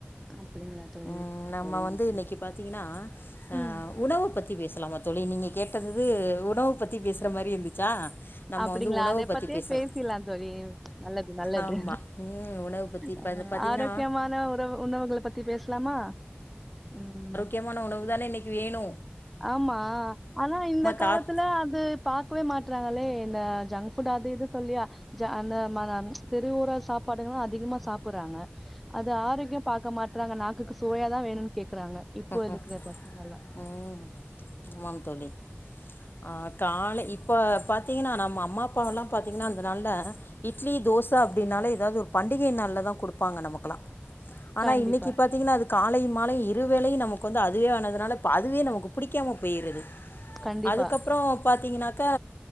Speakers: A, in the centre; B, on the left.
A: அப்டிங்களா தோழி
B: ம் நம்ம
A: செரிங்க
B: வந்து
A: தோழி
B: இன்னைக்கி பாத்திங்கன்னா ஆ
A: ம்
B: உணவு பத்தி பேசலாம தோழி நீங்க கேட்டதுது உணவு பத்தி பேசுற மாரி இருந்துச்சா நம்ம
A: அப்டிங்ளா
B: வந்து உணவை
A: அத
B: பற்றி
A: பத்தியே
B: பேசலாம்
A: பேசிலாம் தோழி நல்லது நல்லது
B: ஆமாம் ம் உணவு பற்றி இப்போ
A: அ
B: இது பார்த்தீங்கன்னா
A: ஆரோக்கியமான உறவு உணவுகள பத்தி பேசலாமா ம்
B: கெமான உணவு தான இன்னைக்கு வேணு
A: ஆமா ஆனா இந்த காலத்துல
B: தாத்
A: அது பாக்கவே மாட்றாங்களே இந்த ஜங்க் ஃபுட் அது இது சொல்லியா அந்த மா தெருவோற சாப்பாடுங்களா அதிகமா சாப்பறாங்க அது ஆரோக்கியம் பாக்க மாட்றாங்க நாக்குக்கு சுவயாதான் வேணும்ன் கேக்குறாங்க இப்போ
B: ம்
A: இருக்குற பசங்க எல்லா
B: ம் ஆமாம் தோழி ஆ காலை இப் ப பாத்தீங்கன்னா நம்ம அம்மா அப்பாவலா பாத்தீங்கன்னா அந்த நாள்ல இட்லி தோச அப்டினால எதாவது ஒரு பண்டிகை நாள்ல தா குடுப்பாங்க நமக்கெல்லா ஆனா
A: கண்டிப்பா
B: இன்னைக்கு பாத்தீங்கன்னா அது காலை மாலையு இருவேளையும் நமக்கு வந்து அதுவே ஆனதுனாலப்ப அதுவே நமக்கு புடிக்காம போயிருது
A: கண்டிப்பா
B: அதுக்கப்பறோ பாத்தீங்கன்னாக்கா